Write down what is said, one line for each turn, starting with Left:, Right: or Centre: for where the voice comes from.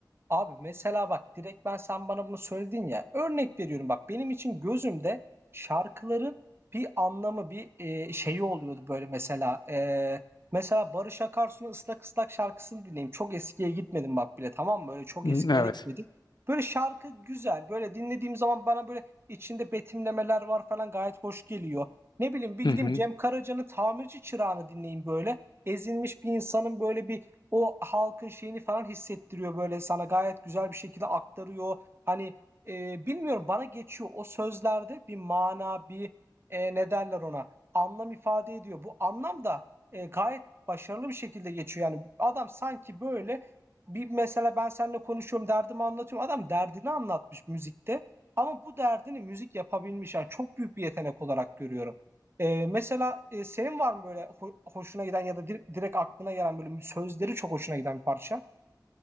Right: Abi mesela bak direkt ben sen bana bunu söyledin ya. Örnek veriyorum bak benim için gözümde şarkıların bir anlamı bir e, şeyi oluyordu böyle mesela. E, mesela Barış Akarsu'nun ıslak ıslak şarkısını dinleyeyim. Çok eskiye gitmedim bak bile tamam mı? Öyle çok
Left: Hı,
Right: eskilere
Left: Evet.
Right: gitmedik. Böyle şarkı güzel. Böyle dinlediğim zaman bana böyle içinde betimlemeler var falan gayet hoş geliyor. Ne bileyim bir
Left: Hı
Right: gideyim
Left: hı.
Right: Cem Karaca'nın Tamirci Çırağı'nı dinleyeyim böyle. Ezilmiş bir insanın böyle bir o halkın şeyini falan hissettiriyor, böyle, sana gayet güzel bir şekilde aktarıyor. Hani, eee, bilmiyorum, bana geçiyor. O sözlerde bir mana, bir, eee, ne derler ona, anlam ifade ediyor. Bu anlam da, eee, gayet başarılı bir şekilde geçiyor. Yani adam sanki, böyle, bir mesela ben seninle konuşuyorum, derdimi anlatıyorum. Adam derdini anlatmış müzikte ama bu derdini müzik yapabilmiş. Yani çok büyük bir yetenek olarak görüyorum. Eee, mesela, eee, senin var mı böyle ho hoşuna giden ya da dir direkt aklına gelen böyle sözleri çok hoşuna giden bir parça?